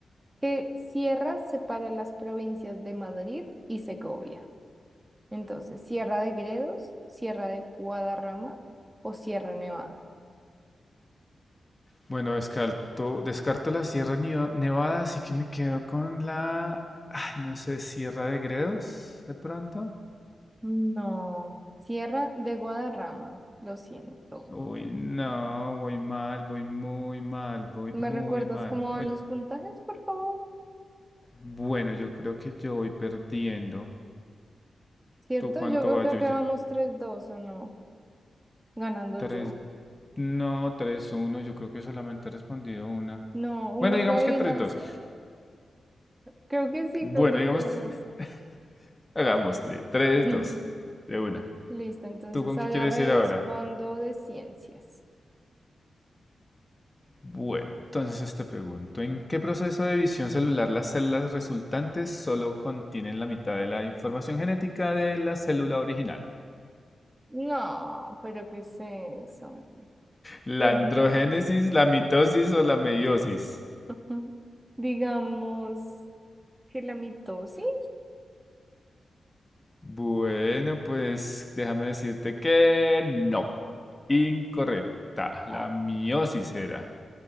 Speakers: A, on the right; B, on the left.
A: ¿qué sierra separa las provincias de Madrid y Segovia? Entonces, ¿Sierra de Gredos, Sierra de Guadarrama o Sierra Nevada?
B: Bueno, descarto, descarto la Sierra Niva- Nevada, así que me quedo con la, ah, no sé, Sierra de Gredos, de pronto.
A: No, Sierra de Guadarrama, lo siento.
B: Uy, no, voy mal, voy muy mal, voy
A: ¿Me
B: muy
A: recuerdas
B: mal.
A: cómo van
B: Oy-
A: los puntajes, por favor?
B: bueno, yo creo que yo voy perdiendo.
A: ¿Cierto?
B: ¿Tú cuánto
A: Yo creo
B: vas?
A: creo
B: Yo,
A: que
B: lle-
A: vamos tres dos o no, ganando
B: tres,
A: yo.
B: no, tres, uno. Yo creo que solamente he respondido una.
A: No, una
B: Bueno, digamos
A: que adivinaste.
B: que tres, dos.
A: Creo que sí,
B: Bueno,
A: creo que tres
B: digamos,
A: 2
B: <laughs> hagámosle, tres,
A: <laughs>
B: dos, de una.
A: Listo, entonces
B: ¿Tú con
A: ahora
B: qué quieres
A: respondo
B: ir ahora?
A: de ciencias.
B: Bueno, entonces te pregunto, ¿en qué proceso de división celular las células resultantes solo contienen la mitad de la información genética de la célula original?
A: No, pero ¿qué es eso?
B: ¿La
A: Pues
B: androgénesis, la mitosis o la meiosis?
A: <laughs> digamos que la mitosis.
B: Bueno, pues déjame decirte que no. Incorrecta. La
A: Ah,
B: miosis era.